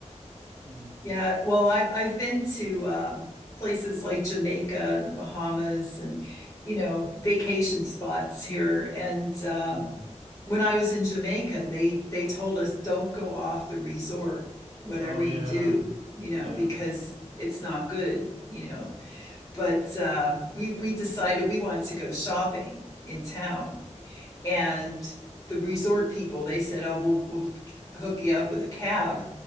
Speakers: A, on the right; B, on the left.
A: yeah.
B: Yeah. Well, I've I've been to um, places like Jamaica and the Bahamas and, you know, vacation spots here. And um,
A: Mm.
B: when I was in Jamaica, they they told us don't go off the resort, whatever
A: Oh
B: you
A: yeah.
B: do, you know,
A: Yeah.
B: because it's not good, you know. But uh, we we decided we wanted to go shopping in town, and the resort people they said, oh, we'll we'll hook you up with a cab,